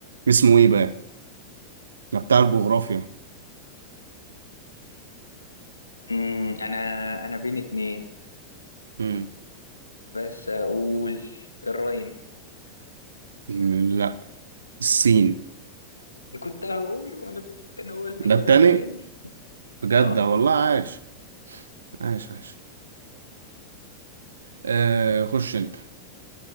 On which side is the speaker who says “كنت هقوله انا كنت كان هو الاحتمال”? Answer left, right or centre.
Left